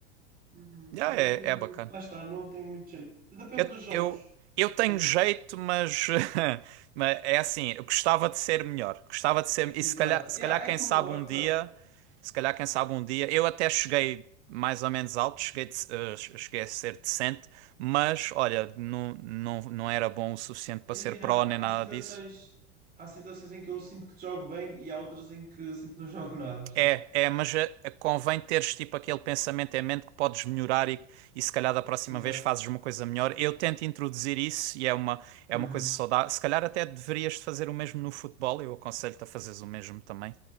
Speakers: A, on the right; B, on the right.
A: Uhum.
B: Ah,
A: Mas não
B: é,
A: tenho.
B: é bacana.
A: Lá está, não tenho muito jeito. Depende
B: Eu,
A: dos jogos,
B: eu, eu tenho
A: sabes?
B: jeito, mas, <laughs> mas é assim, eu gostava de ser melhor. Gostava de ser. E
A: Exato.
B: se calhar, se
A: Yeah,
B: calhar,
A: é
B: quem
A: como
B: sabe
A: eu,
B: um
A: é como
B: dia,
A: eu.
B: se calhar, quem sabe um dia, eu até cheguei mais ou menos alto, cheguei, de- eh, cheguei a ser decente, mas olha, não, não, não era bom o suficiente
A: Imagina,
B: para ser pró nem
A: há
B: nada
A: situações.
B: disso.
A: Há situações em que eu sinto que jogo bem e há outras em que eu sinto que não <laughs> jogo nada, percebes?
B: É, é, mas eh, convém teres tipo aquele pensamento em mente que podes melhorar e, e se calhar da próxima
A: Exato.
B: vez fazes uma coisa melhor. Eu tento introduzir isso e é uma, é
A: Uhum.
B: uma coisa saudável. Se calhar até deverias fazer o mesmo no futebol, eu aconselho-te a fazeres o mesmo também.